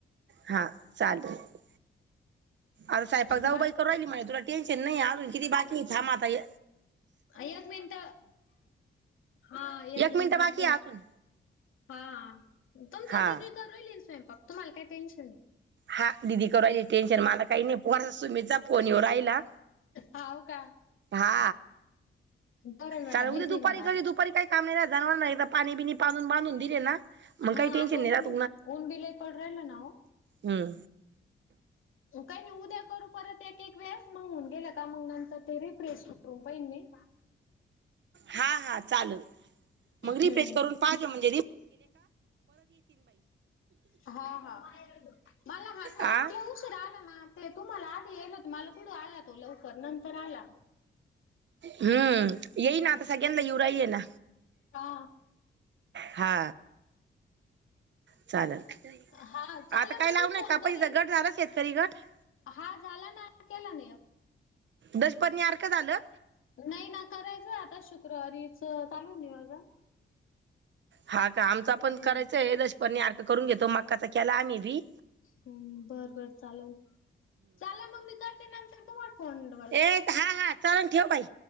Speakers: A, on the right; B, on the left.
A: हा चाललं आता संयपाक जाऊबाई
B: बा
A: करून राहिली माई तुला टेन्शन नाई अजून किती बाकी हाय थांब आता हे
B: एक मिनंट हा एक मिनंट
A: मिनिट बाकी
B: ते
A: आहे अजून
B: हा हा तुमच
A: हा
B: दिदी चा रिलीम <unintelligible> तुम्हाला काय टेन्शन नाही?
A: हा दिदी करायले टेन्शन मला काय नाही पोरा सुमीचा फोन ऐऊन राहिला
B: हाव का
A: हा
B: करेल म्हणा
A: चाललं
B: बिझी
A: उद्या दुपारी
B: म्हणा
A: करी दुपारी काय काम नाय रात जनावरांना एकदा पाणी बिनी पाजुन बांधुन दिले ना मग
B: हा
A: काही टेन्शन
B: आता
A: नाही राहत
B: ऊन्ह ऊन्ह बी लयं पडुन राहिलय ना ओ
A: हं
B: काय नाही ओ उद्या करू परत एक एक वेळेस मग गेल का मग नतंर रिफ्रेश करून पाहिन मी
A: हा हा चाललं मग रिफ्रेश
B: हम्म
A: करुन पाहते मग.
B: हा हा मला हा टास्क
A: आ
B: लय उशीरा आला ना ते तुम्हाला आधी येत्या मला कुठ आला तो लवकर नंतर आला
A: हम् येईल आता
B: त्याच्या
A: सगळ्यांना ऐऊन राहिले ना
B: हा
A: हा चाललं
B: हा चालेल
A: आता काय
B: मग
A: लावू
B: मी
A: नका
B: फोन करीन
A: पहिल गट झालच ये कधी ग ट
B: हा झाला ना आता केला ना ह्यो
A: दशपर्णी आरक झालं
B: नाही ना करायचं आता शुक्रवारीच चालुये नियोजन
A: हा का आमचा पण
B: हम्म
A: करायचा आहे जसे पण आता हे करून घेतो. मकाचा केला आम्ही बी.
B: हुं बर बर चालल चालन मी करते नंतर. तुम्हाला फोन डबल.
A: तेत हा हात चाळून ठेव बाई.